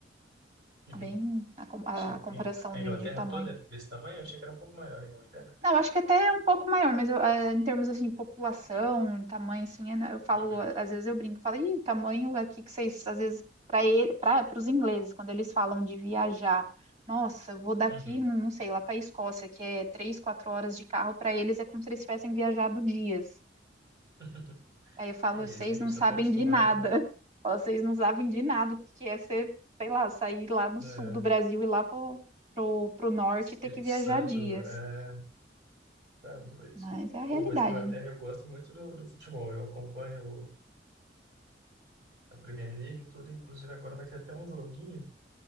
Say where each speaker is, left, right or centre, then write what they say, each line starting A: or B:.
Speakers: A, on the right; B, on the right.
A: Uhum.
B: bem a, com- a
A: Achei
B: comparação
A: que a
B: de,
A: Inglaterra
B: de tamanho.
A: toda é desse tamanho, eu achei que era um pouco maior a Inglaterra.
B: Não, acho que até é um pouco maior, mas eu, eh, em termos assim, de população, tamanho, assim, é- né, eu falo,
A: Uhum.
B: às vezes eu brinco, falo, Ih, o tamanho aqui que vocês, às vezes, para ele, para os ingleses, quando eles falam de viajar, nossa, eu vou daqui,
A: Uhum.
B: não não sei, lá para a Escócia, que é três, quatro horas de carro, para eles é como se eles tivessem viajado dias.
A: <laughs>
B: Aí eu falo,
A: Que
B: vocês
A: isso, a gente
B: não
A: está
B: sabem
A: tão acostumado,
B: de nada,
A: né?
B: <laughs> vocês não sabem de nada o que que é ser, sei lá, sair lá do
A: É,
B: sul do Brasil e lá pro, pro, pro norte
A: Espírito
B: e ter que viajar
A: Santo,
B: dias.
A: é, tá doido.
B: Mas é a realidade,
A: Pô, mas Inglaterra eu gosto muito do, do futebol, eu acompanho a Premier League e tudo, inclusive agora vai ter até um joguinho,